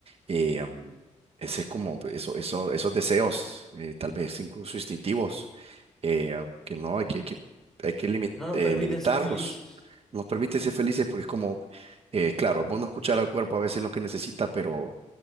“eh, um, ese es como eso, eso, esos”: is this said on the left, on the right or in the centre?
Right